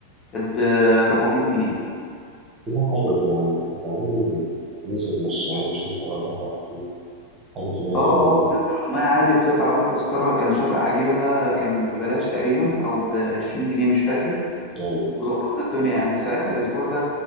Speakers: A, on the left; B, on the right.
A: كانت ب 400 جنيه
B: لا حلوة دي يعني بعدين ننزل نتمشى يعني مش لازم تبقى البحر على طول حاجة في الهادي
A: اه اه
B: منه كده
A: بتنزل المية عادي بتقطع بقى تذكرة كان شاطئ عجيبة ده كان ببلاش تقريبا أو بعشرين جنيه مش فاكر
B: أيوة
A: وظبطنا الدنيا يعني ساعتها الأسبوع ده